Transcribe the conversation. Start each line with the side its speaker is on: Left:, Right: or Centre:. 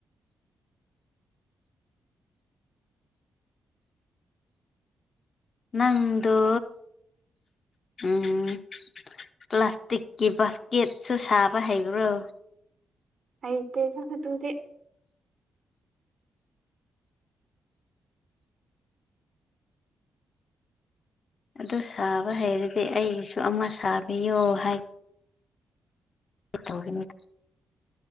Left: ꯅꯪꯗꯨ ꯎꯝ ꯄ꯭ꯂꯥꯁꯇꯤꯛꯀꯤ ꯕꯥꯁꯀꯦꯠꯁꯨ ꯁꯥꯕ ꯍꯩꯕ꯭ꯔꯣ
Right: ꯑꯥꯏꯗ ꯆ ꯇꯨꯗꯤ
Left: ꯑꯗꯨ ꯁꯥꯕ ꯍꯩꯔꯗꯤ ꯑꯩꯒꯤꯁꯨ ꯑꯃ ꯁꯥꯕꯤꯌꯣ ꯍꯥꯏ ꯇꯅꯤ